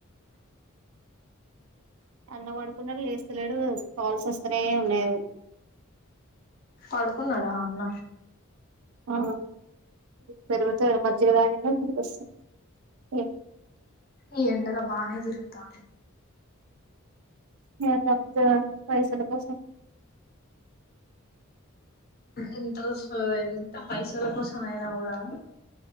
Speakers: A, on the right (about 75°); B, on the left (about 45°).
A: అన్న పడుకున్నాడు లేస్తలేడు కాల్స్ వస్తనే ఉన్నాయి
B: పడుకున్నాడా అన్న
A: ఆ పెరువాతే మధ్యదన దసం <unintelligible> ఓ <unintelligible>
B: ఈ ఎండలో బానే తిరుగుతాండు
A: ఏ డ తప్పుతది పైసలు కోసం
B: ఎంత ఎంత పైసల కోసం అయినా కూడా